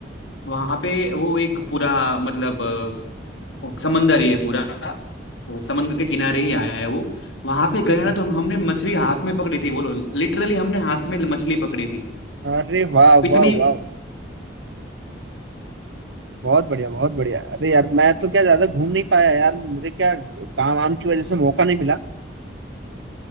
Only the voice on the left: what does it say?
वहां पे वो एक पूरा मतलब अ, वो समंदर ही है पूरा वो समंदर के किनारे ही आया है वो वहां पे
गया
ना तो हम, हमने मछली हाथ में पकड़ी थी बोलो लिटरली हमने हाथ में मछली पकड़ी थी
इतनी